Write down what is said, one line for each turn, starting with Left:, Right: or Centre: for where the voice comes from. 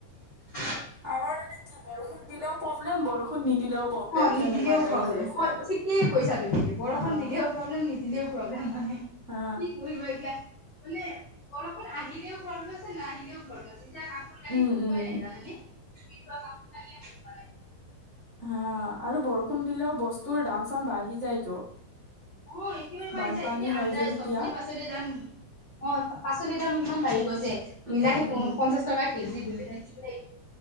Left: <unintelligible>
Right: আমাৰ মানে কি বৰষুণ দিলও প্ৰব্লেম, বৰষুণ নিদিলেও প্ৰব্লেম
Left: অ', নিদিলেও
Right: তেনেকুৱা টাইপ
Left: প্ৰব্লেম
Right: হৈ গৈছে
Left: হয়
Right: আৰু।
Left: ঠিকেই কৈছা তুমি। বৰষুণ
Right: অ
Left: দিলেও প্ৰব্লেম নিদিলেও প্ৰব্লেম মানে কি
Right: হা
Left: কৰিবা এতিয়া মানে গ আোন আহিলেও পব্লম আছে নাহিলেও প্ৰব্লেম আছে। এতিয়া কাপোৰ কানি
Right: উম
Left: শুকুৱাই
Right: উম।
Left: নাই জানা নে? <unintelligible>
Right: হা আৰু বৰষুণ দিলেও বস্তুৰ দাম চাম বাঢ়ি যায়তো।
Left: অ', একবাৰে বাঢ়ি
Right: বানপানী
Left: যায় ।এতিয়া
Right: হয়
Left: আঞ্জা
Right: যে তেতিয়া।
Left: চব্জিৰ পাচলিৰ দাম অ', পাচলিৰ দাম কিমান বাঢ়ি গৈ চে
Right: উম
Left: বিলাহী
Right: উম।
Left: পঞ্চাশ টকা কেজি। <unintelligible>